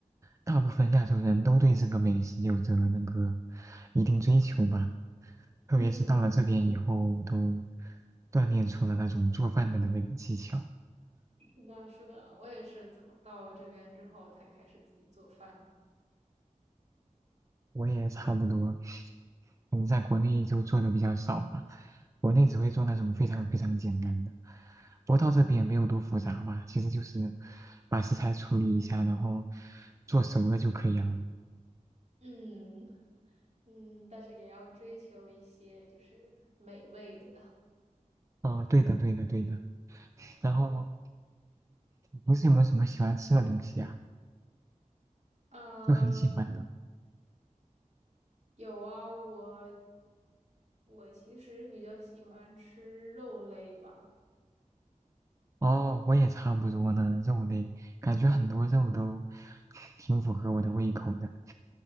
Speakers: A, on the right; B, on the right.
A: 大部分亚洲人都对这个美食有着那个一定追求吧，特别是到了这边以后，
B: 嗯，
A: 都锻炼出了那种做饭的那个技巧。
B: 是的，是的，我也是从到这边之后才开始自己做饭的。
A: 我也差不多，可能在国内就做的比较少吧，国内只会做那种非常非常简单的，不过到这边也没有多复杂吧，其实就是把食材处理一下，然后做熟了就可以了。
B: 嗯，嗯，但是也要追求一些就是美味的。
A: 哦，对的，对的，对的。然后平时有没有什么喜欢吃的东西啊？
B: 嗯，
A: 就很喜欢的。
B: 有啊，我我其实比较喜欢吃肉类吧。
A: 哦，我也差不多呢，肉类，感觉很多肉都 <laughs> 挺符合我的胃口的。